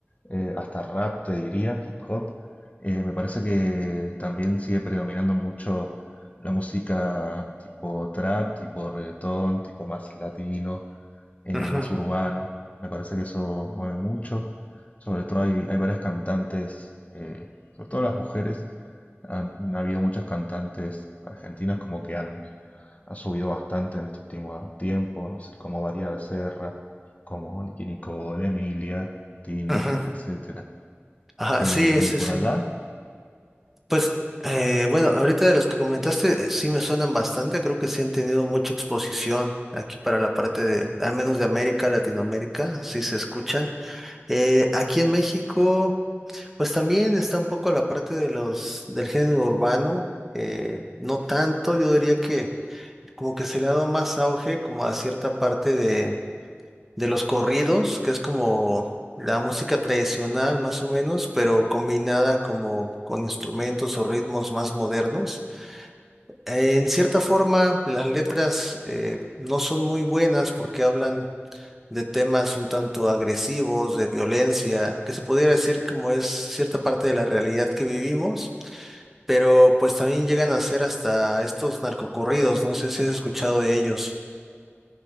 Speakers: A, on the left (about 30°); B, in the centre.
A: eh, hasta rap, te diría, hip hop. Eh, me parece que también sigue predominando mucho la música tipo trap, tipo reggaetón, tipo más latino eh,
B: Ujú.
A: más urbano. Me parece que eso mueve mucho. Sobre todo hay, hay varias cantantes, eh, sobre todo las mujeres. Han, ha habido muchas cantantes argentinas como que han, han subido bastante en este último tiempo. No sé, como María Becerra, como Nicki Nicole, Emilia, Tini,
B: Ajá,
A: etcétera.
B: ajá,
A: Eh,
B: sí,
A: y
B: sí,
A: por
B: sí.
A: allá,
B: Pues, eh, bueno, ahorita de los que comentaste, eh, sí me suenan bastante, creo que sí han tenido mucha exposición aquí para la parte de, al menos de América, Latinoamérica, sí se escuchan. Eh, aquí en México, pues también está un poco la parte de los, del género urbano, eh, no tanto, yo diría que como que se le ha dado más auge como a cierta parte de de los corridos, que es como la música tradicional más o menos, pero combinada como con instrumentos o ritmos más modernos. En cierta forma, las letras eh, no son muy buenas porque hablan de temas un tanto agresivos, de violencia, que se pudiera decir como es cierta parte de la realidad que vivimos, pero pues también llegan a ser hasta estos narcocorridos, no sé si has escuchado de ellos.